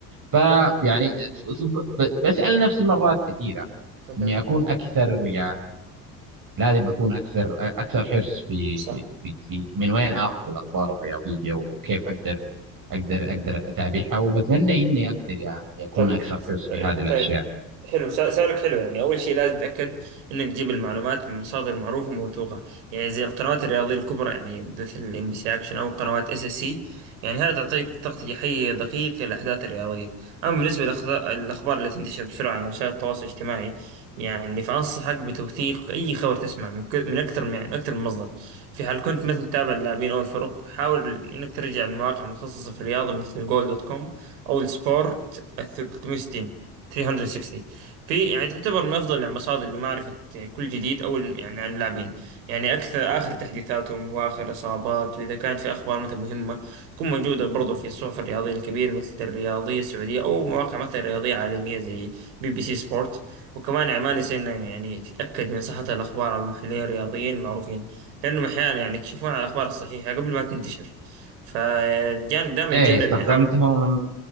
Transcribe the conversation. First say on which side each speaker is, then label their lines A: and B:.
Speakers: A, on the right (about 40°); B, on the right (about 80°).
A: فيعني بسأل نفسي مرات كثيرة
B: أها.
A: إني أكون أكثر يعني لازم أكون أكثر أكثر حرص في
B: صح
A: في في, في من وين آخذ الأخبار الرياضية وكيف أقدر أقدر أقدر أتابعها وبتمنى إني أقدر يعني أكون
B: طيب
A: أكثر حرص في هذه الأشياء
B: طيب حلو سؤ- سؤالك حلو يعني أول شيء لازم تتأكد إنك تجيب المعلومات من مصادر معروفة وموثوقة يعني زي القنوات الرياضية الكبرى يعني مثل ام بي سي أكشن أو قنوات اس اس سي يعني هذا تعطيك تغطية حية دقيقة للأحداث الرياضية أما بالنسبة للأخبار اللي تنتشر بسرعة على وسائل التواصل الاجتماعي يعني فأنصحك بتوثيق أي خبر تسمع من, كل- من أكثر من يعني أكثر من مصدر في حال كنت مثلا تتابع اللاعبين أو الفرق حاول إنك ترجع لمواقع متخصصة في الرياضة مثل جول دوت كوم أو السبور الثل- 360 360 في يعني تعتبر من افضل المصادر لمعرفه كل جديد او ال- يعني عن اللاعبين يعني اكثر اخر تحديثاتهم واخر اصابات واذا كانت في اخبار مثلا مهمه تكون موجوده برضو في الصحف الرياضيه الكبيره مثل الرياضيه السعوديه او مواقع مثلا رياضيه عالميه زي بي بي سي سبورت وكمان يعني ما نسينا يعني تتاكد من صحه الاخبار على المحللين الرياضيين المعروفين لانهم احيانا يعني يكشفون على الاخبار الصحيحه قبل ما تنتشر فالجانب دائما
A: إيه
B: يتجنب
A: استخدمتهم
B: يعني حاول